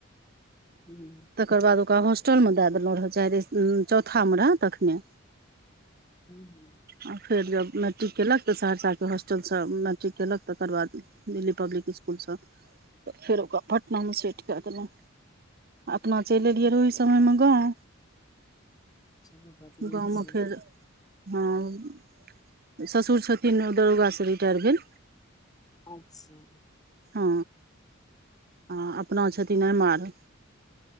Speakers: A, on the left; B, on the right.
A: हूँ
B: तकर बाद ओकरा होस्टलमे दए देलहुँ चौथामे रहै तखने
A: हूँ हूँ
B: आ फेर जब मैट्रिक केलक तऽ सहरसाके हॉस्टलसँ मैट्रिक केलक तकर बाद दिल्ली पब्लिक स्कुलसँ तऽ फेर ओकरा पटनामे सेट कए देलहुँ अपना चलि एलियै रह ओहि समयमे गाँव
A: चलू बड नीक
B: गाँवमे
A: छै
B: फेर हँ ससुर छथिन दरोगासँ रिटायर भेल
A: अच्छा
B: हँ आ अपना छथिन एम आर